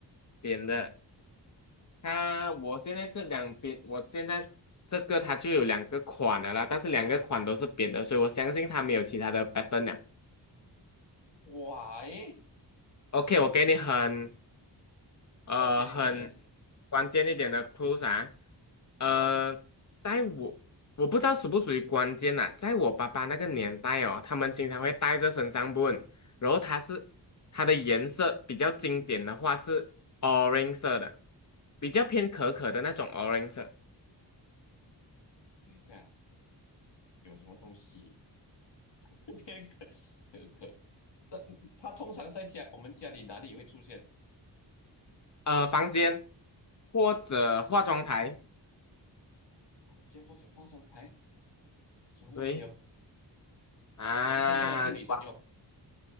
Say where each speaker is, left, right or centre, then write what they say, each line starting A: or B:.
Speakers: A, on the left; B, on the left.
A: 扁的。它我现在这两边，我现在这个它就有两个款的啦，但是两个款都是扁的，所以我相信它没有其他的版本 t 了。
B: 哇诶，
A: OK，我给你很呃很
B: 关键一点的是
A: 关键一点的 clues 啊，
B: 啊哈，
A: 呃，在我我不知道属不属于关键呐、在我爸爸那个年代哦，他们经常会带着身上 b 然后它是它的颜色比较经典的话是 orange 色的，比较偏可可的那种 orange 色。
B: 等一下有什么东西？<laughs> 偏可可可，那它通常在家我们家里哪里会出现？
A: 呃，房间或者化妆台，
B: 房间或者化妆台？什么东西哦？
A: 对啊，
B: 男生用还是女生用？
A: 哇，